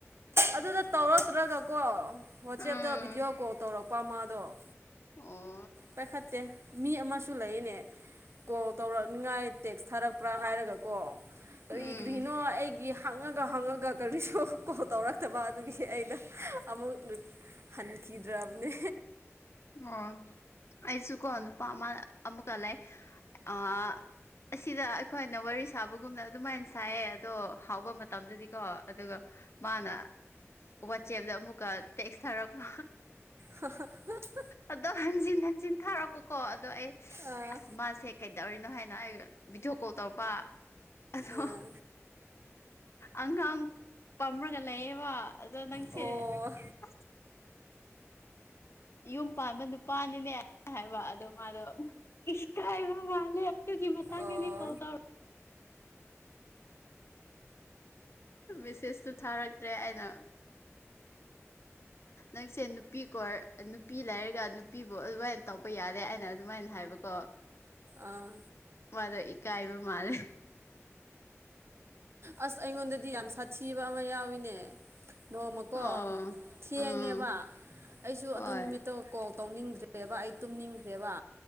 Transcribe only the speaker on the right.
ꯑꯗꯨꯗ ꯇꯧꯔꯛꯇ꯭ꯔꯒꯀꯣ ꯋꯥꯆꯦꯞꯇ
ꯚꯤꯗꯤꯑꯣ ꯀꯣꯜ ꯇꯧꯔꯛꯄ ꯃꯥꯗꯣ
ꯄꯥꯏꯈꯠꯇꯦ ꯃꯤ ꯑꯃꯁꯨ ꯂꯩꯅꯦ ꯀꯣꯜ ꯇꯧꯔꯛꯅꯤꯉꯥꯏ ꯇꯦꯛꯁ ꯊꯥꯔꯛꯄ꯭ꯔꯥ ꯍꯥꯏꯔꯒ ꯀꯣ ꯀꯔꯤ
ꯀꯔꯤꯅꯣ ꯑꯩꯒꯤ ꯍꯪꯉꯒ ꯍꯪꯉꯒ ꯀꯔꯤꯁꯨ ꯀꯣꯜ ꯇꯧꯔꯛꯇꯕ ꯑꯗꯨꯒꯤ ꯑꯩꯅ ꯑꯃꯨꯛ ꯍꯟꯈꯤꯗ꯭ꯔꯕꯅꯦ
ꯍ ꯍ <unintelligible>
ꯑꯥ ꯑꯥ
ꯑꯥ
ꯑꯣ
ꯑꯣ
ꯑꯥ
ꯑꯁ ꯑꯩꯉꯣꯟꯗꯗꯤ ꯌꯥꯝ ꯁꯥꯊꯤꯕ ꯑꯃ ꯌꯥꯎꯋꯤꯅꯦ ꯅꯣꯡꯃꯀꯣ
ꯊꯦꯡꯉꯦꯕ
ꯑꯩꯁꯨ
ꯑꯗꯨ ꯅꯨꯃꯤꯠꯇꯧ ꯀꯣꯜ ꯇꯧꯅꯤꯡꯗ꯭ꯔꯦꯕ ꯑꯩ ꯇꯨꯝꯅꯤꯡꯈ꯭ꯔꯦꯕ